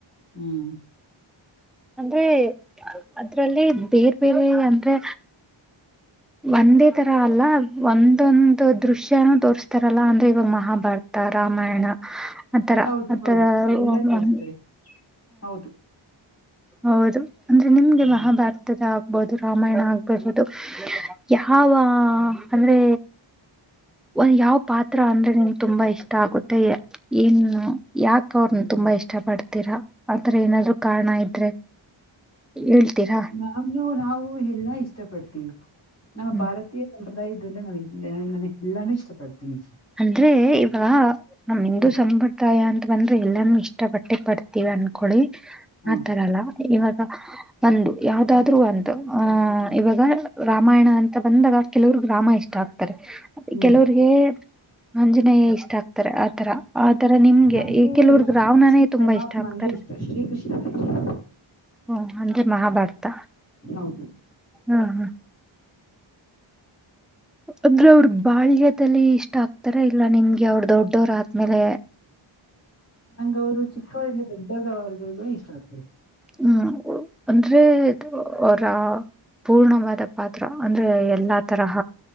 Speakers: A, on the left; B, in the centre.
A: ಹ್ಮ್
B: ಅಂದ್ರೆ ಅದ್ರಲ್ಲಿ ಬೇರ್ ಬೇರೆ ಅಂದ್ರೆ ಒಂದೇ ತರ ಅಲ್ಲ ಒಂದೊಂದು ದೃಶ್ಯನೂ ತೋರ್ಸ್ತಾರಲ್ಲ ಅಂದ್ರೆ ಇವಾಗ ಮಹಾಭಾರತ ರಾಮಾಯಣ ಆಥರ
A: ಹೌದು
B: ಆತರ
A: ಹೌದು ಎಲ್ಲಾ
B: ಹ್ಮ
A: ತೋರಿಸ್ತಾರೆ ಹೌದು
B: ಹೌದು. ಅಂದ್ರೆ ನಿಮ್ಗೆ
A: ಹ್ಮ್
B: ಮಹಾಭಾರತದ ಆ ಆಗ್ಬಹದು ರಾಮಾಯಣ ಆಗ್ಬಿರ್ಬೋದು ಯಾವ ಅಂದ್ರೆ ಒಂದ್ ಯಾವ ಪಾತ್ರ ಅಂದ್ರೆ ನನ್ ತುಂಬಾ ಇಷ್ಟ ಆಗುತ್ತೆ ಏನು ಯಾಕ ಅವ್ರನ್ನ ತುಂಬಾ ಇಷ್ಟ ಪಡ್ತೀರಾ ಆಥರ ಏನಾದ್ರು ಕಾರಣ ಇದ ಹೇಳ್ತೀರಾ
A: ನಾನು ನಾವು ಎಲ್ಲಾ ಇಷ್ಟ ಪಡ್ತೀವಿ ನಮ್ಮ
B: ಹ್ಮ್
A: ಭಾರತೀಯ ಎಲ್ಲ ಇದುನ್ನೆ ನಾವ್ <unintelligible> ಎಲ್ಲಾನು ಇಷ್ಟಪಡ್ತೀನಿ.
B: ಅಂದ್ರೆ ಇವ ಮ್ಯಾಮ್ ನಿಮ್ದು
A: ಹ್ಮ್
B: ಸಂಪ್ರದಾಯ ಅಂತ ಬಂದ್ರೆ ಎಲ್ಲಾನು ಇಷ್ಟ ಪಟ್ಟೆ ಬರ್ತೀವಿ ಅಂದನ್ಕೊಳ್ಳಿ
A: ಹಾ
B: ಆ ತರಲ್ಲ ಇವತ ಒಂದು ಯಾವ್ದಾದ್ರು ಒಂದು ಆಹ ಇವಾಗ ರಾಮಾಯಣ ಅಂತ ಬಂದಾಗ ಕೆಲವ್ರಗ್ ರಾಮ ಇಷ್ಟ ಆಗ್ತದೆ
A: ಹ್ಮ್
B: ಕೆಲವರಿಗೆ ಆಂಜನೇಯ ಇಷ್ಟ ಆಗ್ತಾರೆ ಆತರ ಆತರ ನಿಮ್ಗೆ
A: ನಮ್ಗೆ
B: ಈ ಕೆಲವರಗೆ
A: ಶ್ರೀಕೃಷ್ಣ
B: ರಾವಣನೇ ತುಂಬಾ
A: ಪರಮಾತ್ಮ
B: ಇಷ್ಟ ಆಗ್ತಾರೆ
A: ಅಂದ್ರೆ ಇಷ್ಟ ಶ್ರೀಕೃಷ್ಣ ಅಂದ್ರೆ ಇಷ್ಟ
B: ಹ್ಮು ಹಂಗೆ ಮಹಾಭಾರತ
A: ಹೌದು
B: ಹ ಹ ಅ್ರ ಅವ್ರ ಬಾಳ್ಯದಲ್ಲಿ ಇಷ್ಟ ಆಗ್ತಾರ ಇಲ್ಲ ನಿಮ್ಗೆ ಅವ್ರ ದೊಡ್ಡವ್ರ್ಮೇಲೆ
A: ಹಂಗ ಅವ್ರು ಚಿಕ್ಕವಳ್ಳ ದೊಡ್ಡ ಗ ವಾರದವಗ ಇಷ್ಟ ಆಗ್ತಾರೆ
B: ಹ್ಮ್ ಅಂದ್ರೆ ಅದು ರಾವ್ ಪೂರ್ಣವಾದ ಪಾತ್ರ ಅಂದ್ರೆ ಎಲ್ಲಾ ತರಹ